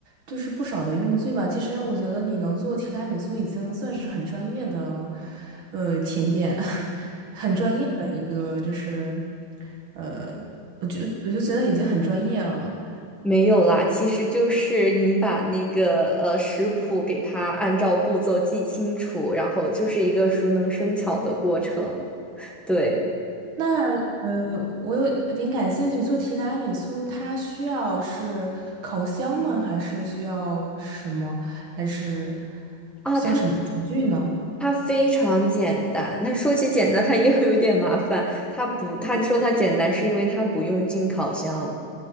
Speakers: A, on the right; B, in the centre.
A: 就是不少的用具吧。其实我觉得你能做提拉米苏已经算是很专业的，呃，甜点，<laughs> 很专业的一个，就是，呃，我就我就觉得已经很专业了。
B: 没有啦，其实就是你把那个呃食谱给它按照步骤记清楚，然后就是一个熟能生巧的过程。对
A: 那呃，我有点感兴趣，做提拉米苏它需要是烤箱吗？还是需要什么？还是
B: 啊，
A: 需要什么厨具呢？
B: 它它非常简单。但说起简单，它又有点麻烦。它不，它说它简单是因为它不用进烤箱。